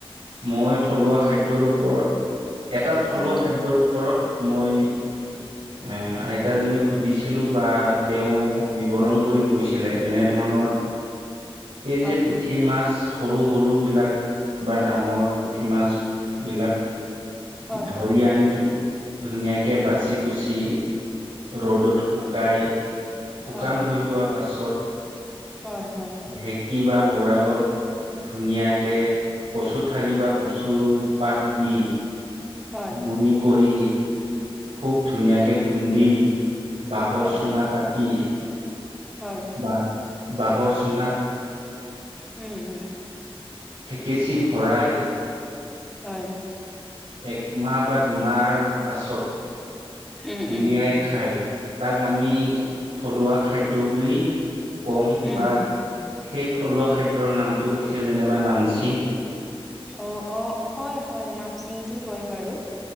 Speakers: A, on the right; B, in the centre.
A: মই থলুৱা খাদ্যৰ ওপৰত এটা থলুৱা
B: হয় হয়
A: খাদ্যৰ ওপৰত মই এ আইতাজনী সুধিছিলো বা তেওঁ বিৱৰণ কৰি কৈছিলে এনেধৰণৰ এই
B: হয়
A: যে পুঠি মাছ সৰু সৰু বিলাক বা ডাঙৰ পুঠি মাছ বিলাক
B: হয়
A: ধৰি
B: হয়
A: আনি ধুনীয়াকে বাচি কুচি ৰ'দত শুকাই শুকান
B: হয়
A: হৈ যোৱা পাছত।
B: হয় হয়
A: ঢেঁকী বা উৰালত ধুনীয়াকে কচু ঠাৰি বা কচুৰ পাত দি
B: হয়
A: গুৰি কৰি খুব ধুনীয়াকে খুন্দি বাঁহৰ
B: হয়
A: চুঙা কাটি
B: হয়
A: ব বাঁহৰ চুঙাত
B: উম উম
A: কেঁচি ভৰাই
B: হয়
A: একমাহ বা দুমাহ পাছত
B: উম
A: উলিয়াই
B: উম উম
A: খায় তাক আমি থলুৱা খাদ্য বুলি কওঁ
B: উম
A: বা সেই থলুৱা খাদ্যাৰ নামটো হৈছে যেনিবা নামচি।
B: অ অ হয় হয় নামচিংটো হয় বাৰু